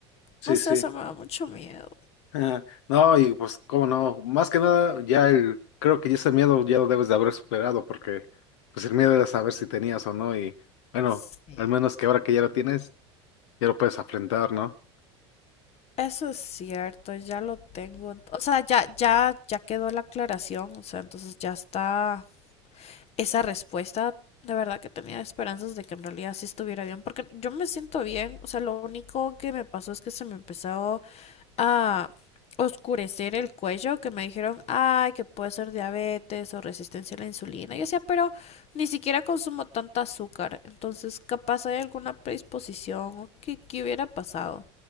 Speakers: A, on the left; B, on the left.
A: Sí,
B: no sé,
A: sí.
B: o sea, me da mucho miedo.
A: Ah, no, y pues, cómo no, más que nada, ya el, creo que ya ese miedo ya lo debes de haber superado, porque pues el miedo era saber si tenías o no, y bueno,
B: Sí.
A: al menos que ahora que ya lo tienes, ya lo puedes afrontar, ¿no?
B: Eso es cierto, ya lo tengo. ent- O sea, ya, ya, ya quedó la aclaración. O sea, entonces ya está esa respuesta, de verdad que tenía esperanzas de que en realidad sí estuviera bien, porque yo me siento bien, o sea, lo único que me pasó es que se me empezó a oscurecer el cuello, que me dijeron, ay, que puede ser diabetes o resistencia a la insulina. Yo decía, pero ni siquiera consumo tanta azúcar, entonces capaz hay alguna predisposición o qué, qué hubiera pasado.